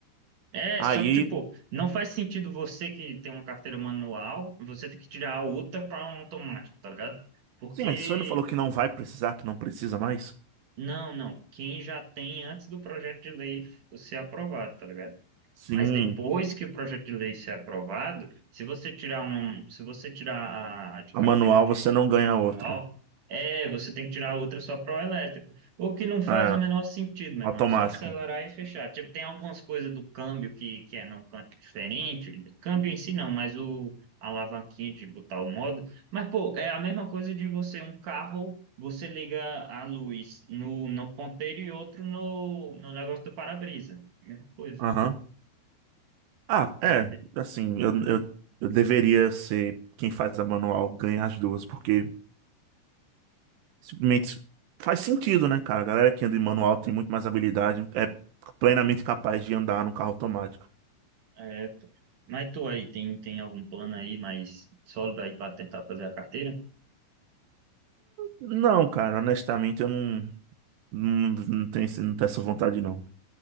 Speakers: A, on the right (about 60°); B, on the right (about 75°).
A: É,
B: Aí,
A: só que, tipo, não faz sentido você que tem uma carteira manual, você ter que tirar a outra para um automático, tá ligado? Porque
B: sim, mas você não falou que não vai precisar, que não precisa mais?
A: Não, não. Quem já tem antes do projeto de lei ser aprovado, tá ligado?
B: Sim,
A: Mas depois que o projeto de lei ser aprovado, se você tirar uma, se você tirar a, a de
B: a
A: carteira
B: manual
A: de
B: você não
A: veículo
B: ganha outra.
A: manual, é, você tem que tirar outra só para o elétrico. O que não faz
B: É,
A: o menor sentido, meu
B: automático.
A: irmão. É só acelerar e fechar. Tipo, tem algumas coisas do câmbio que, que é num canto diferente. Câmbio em si não, mas o a alavanquinha de botar o modo. Mas, pô, é a mesma coisa de você, um carro, você liga a luz no, no ponteiro e outro no, no negócio do para-brisa. Mesma coisa.
B: Aham. Ah, é,
A: É
B: assim, eu, eu, eu deveria ser quem faz a manual ganhar as duas, porque simplesmente faz sentido, né, cara? A galera que anda em manual tem muito mais habilidade, é plenamente capaz de andar no carro automático.
A: É, mas tu aí, tem, tem algum plano aí mais sólido aí pra tentar fazer a carteira?
B: Não, cara, honestamente, eu não. Não, não tem, esse- não tem essa vontade, não.